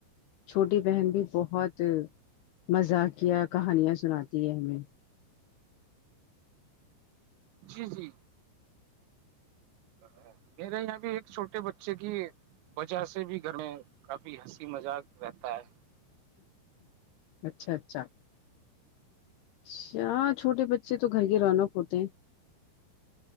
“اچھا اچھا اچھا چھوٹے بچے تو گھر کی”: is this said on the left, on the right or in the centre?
Left